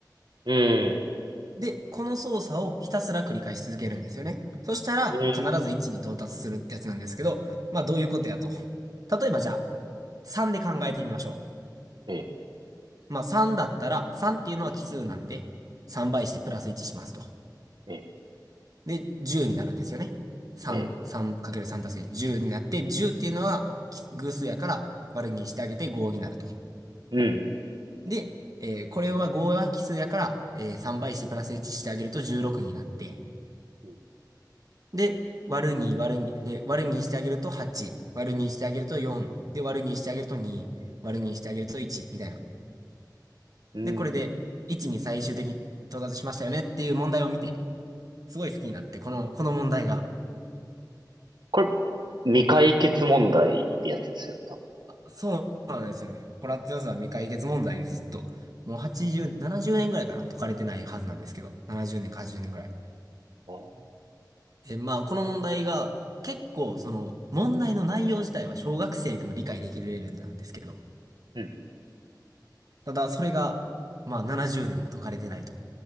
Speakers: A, on the right; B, on the right.
A: うん、うん、
B: で、この操作をひたすら繰り返し続けるんですよね。そしたら、
A: うん、
B: 必ず1に到達するってやつなんですけど、まあどういうことやと。例えばじゃあ、3で考えてみましょ
A: ええ、
B: う。まあ3だったら、3っていうのは奇数なんで、3倍してプラス1しますと。
A: ええ、
B: で、10になるんですよね。3、
A: ええ、
B: 3×3 足す10になって、10っていうのは奇偶数やから割るにしてあげて5になると。
A: うん、
B: で、えーこれは5は奇数やから、えー3倍してプラス1してあげると16になって、
A: うん、う
B: で、割るに割るにで、割るにしてあげると8、割るにしてあげると4、で、割るにしてあげると2、割るにしてあげると1、みたいな。
A: ん、うんうん
B: で、これで1に最終的に到達しましたよねっていう問題を見て、すごい好きになって、この、この問題が。
A: これ、未解決問題ってやつですよね、多分
B: そうなんですよね。コラッツ予算は未解決問題でずっと、もう80、70年ぐらいかな解かれてないはずなんですけど、70年か80年ぐらい。
A: ね。
B: で、まあ、この問題が、結構、その、問題の内容自体は小学生でも理解できるレベルなんですけど、
A: うん、うん
B: ただ、それが、まあ、70年も解かれてないと。